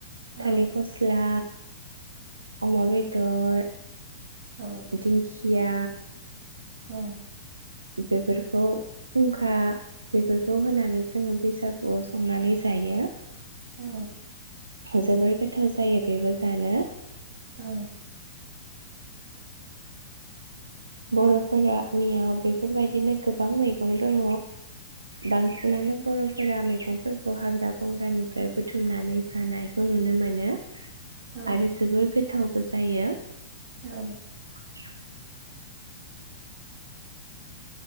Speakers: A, on the right; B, on the right.
A: औ
B: थालि फस्ला अमा बेदर
A: औ
B: दिंखिया
A: औ।
B: बेफोरखौ फुंखा बेफोरखौ होनानै जोङो बैसाग गोआव संनानै जायो।
A: औ।
B: जोबोर गोथाव जायो बेबो जानो।
A: औ।
B: बर'फोरानियाव बेफोरबायदिनो गोबां मैगं दङ'। बांसिनानो बर' फोरा मैगंफोरखौ हाग्रा बंग्रानिफ्राय बुथुमनानै जानायखौ नुनो मोनो।
A: औ
B: आरो जोबोर गो थावबो जायो।
A: औ।
B: <inaudible>